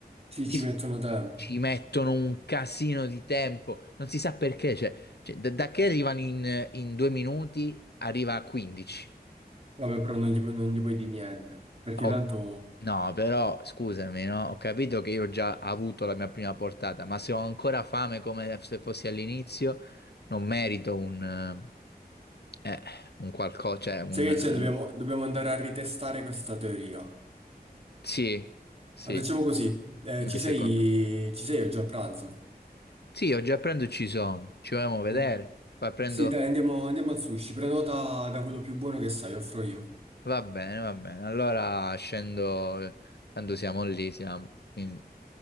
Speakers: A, on the right; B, on the left.
A: Sì,
B: Ti-
A: ci mettono tempo.
B: Ci mettono un casino di tempo, non si sa perché, cioè, cioè, da, da che arrivano in, in due minuti arriva a 15.
A: Vabbè, però non gli, pu- non gli puoi dire niente, perché
B: Oh,
A: tanto
B: no, però scusami, no? Ho capito che io ho già avuto la mia prima portata, ma se ho ancora fame come se fossi all'inizio, non merito un, eh, un qualcosa, cioè un...
A: Sai che
B: eh,
A: c'è? Dobbiamo, dobbiamo andare a ritestare questa teoria.
B: sì, sì,
A: La facciamo così. Eh,
B: anche
A: ci sei,
B: secondo me.
A: ci sei oggi a pranzo?
B: Sì, oggi a pranzo ci sono, ci vogliamo vedere.
A: Eh,
B: Poi prendo...
A: sì, dai, andiamo, andiamo al sushi. Prenota da quello più buono che sai, offro io.
B: Va bene, va bene. Allora scendo, tanto siamo lì, siamo. Quindi